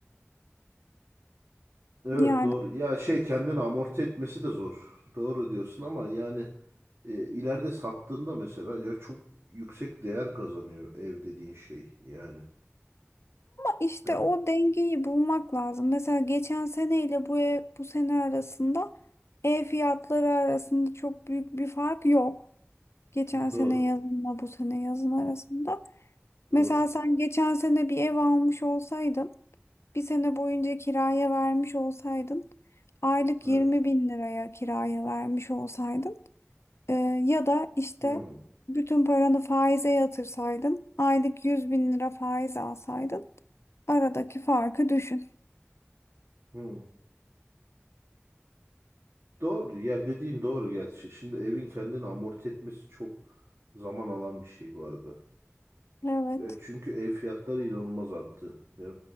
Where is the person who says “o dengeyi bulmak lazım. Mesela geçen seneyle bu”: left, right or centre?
Left